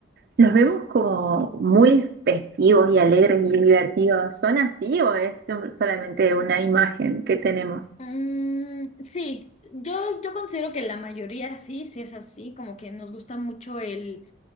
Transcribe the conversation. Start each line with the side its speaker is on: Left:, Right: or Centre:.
Right: los vemos como muy festivos y alegres y divertidos. ¿Son así o es solamente una imagen que tenemos?
Left: Mm, sí, yo, yo considero que la mayoría sí, sí es así, como que nos gusta mucho el,